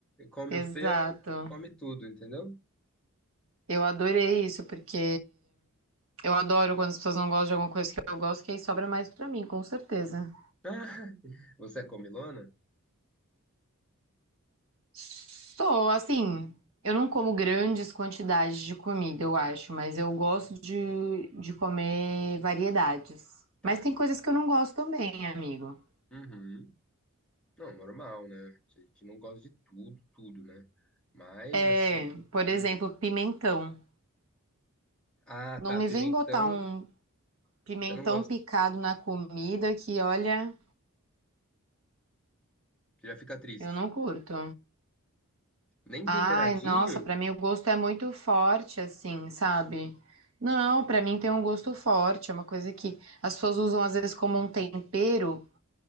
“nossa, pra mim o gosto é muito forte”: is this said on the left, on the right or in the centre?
Right